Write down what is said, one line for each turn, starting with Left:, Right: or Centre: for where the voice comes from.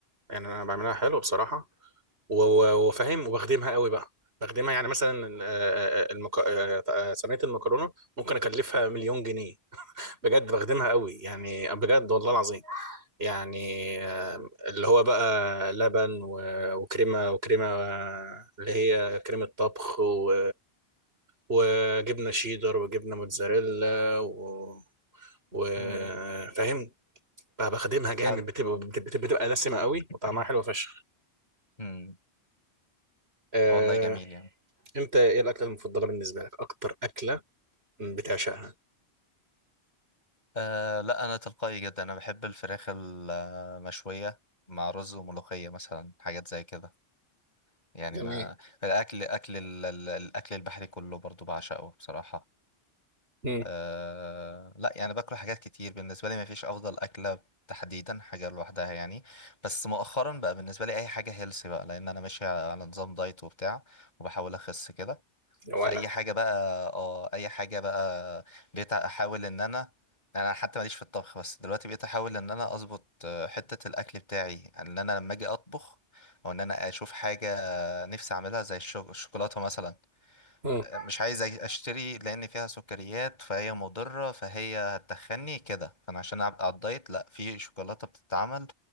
Right: يعني انا بعملها حلو بصراحه و- و- وفاهم وبخدمها قوي بقى بخدمها يعني مثلا آه، آه، آه، المك... آه، آه، صينيه المكرونه ممكن اكلفها مليون جنيه بجد بخدمها قوي يعني بجد والله العظيم يعني آه، اللي هو بقى لبن و- وكريمه وكريمه آه، اللي هي كريمه طبخ و... وجبنه شيدر وجبنه موتزاريلا و... وفاهم
Left: امم
Right: بقى بخدمها
Left: <laughs>
Right: جامد
Left: حلو
Right: بتبقى بتبقى, بتبقى دسمه قوي
Left: <clears throat>
Right: وطعمها حلو فشخ
Left: امم
Right: آه،
Left: والله جميل يعني
Right: انت ايه الاكله المفضله بالنسبه لك اكتر اكله بتعشقها
Left: أه لا انا تلقائي جدا انا بحب الفراخ المشويه مع رز وملوخيه مثلا حاجات زي كده يعني
Right: جميل
Left: ما الاكل اكل ال- ال- الاكل البحري كله برضو بعشقه بصراحه
Right: امم
Left: أه لا يعني باكل حاجات كتير بالنسبة لي مفيش أفضل أكلة تحديدا حاجة لوحدها يعني بس مؤخرا بقى بالنسبة لي أي حاجة هيلسي بقى لأن أنا ماشي على نظام دايت وبتاع وبحاول أخس كده
Right: يا ولد
Left: فأي حاجة بقى اه أي حاجة بقى بقيت أحاول إن أنا أنا حتى ماليش في الطبخ بس دلوقتي بقيت أحاول إن أنا أظبط آه، حتة الأكل بتاعي يعني إن أنا لما أجي أطبخ أو إن أنا أشوف حاجة نفسي أعملها زي الشو- الشوكولاتة مثلا
Right: امم
Left: مش عايز اشتري لان فيها سكريات فهي مضرة فهي هتخني كده فانا عشان ابقى على الدايت لا في شوكولاتة بتتعمل